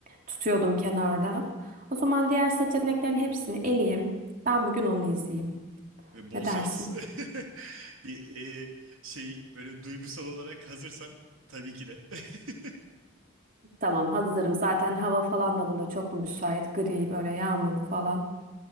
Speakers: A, on the right; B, on the right.
A: tutuyordum kenarda. O zaman diğer seçeneklerin hepsini eleyeyim. Ben bugün onu izleyeyim.
B: Ve bol
A: Ne dersin?
B: şans. <laughs> Bir e, şey böyle duygusal olarak hazırsan tabii ki de. <laughs>
A: Tamam, hazırım. Zaten hava falan da buna çok müsait. Gri, böyle yağmurlu falan.